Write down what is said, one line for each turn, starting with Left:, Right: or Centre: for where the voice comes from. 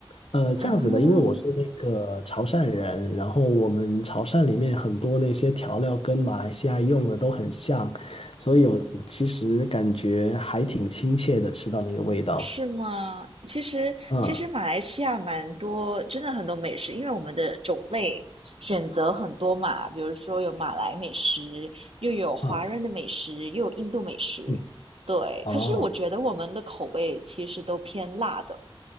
Left: 呃，
Right: 啊？
Left: 这样子的，因为我是那个潮汕人，然后我们潮汕里面很多那些调料跟马来西亚用的都很像，所以我其实感觉还挺亲切的，吃到那个味道。
Right: 是吗？其实其实马来西亚蛮多，
Left: 嗯
Right: 真的很多美食，因为我们的种类选择很多嘛，比如说有马来美食，又有华人的美食，
Left: 嗯
Right: 又有印度美食，
Left: 嗯，
Right: 对。
Left: 哦。
Right: 可是我觉得我们的口味其实都偏辣的，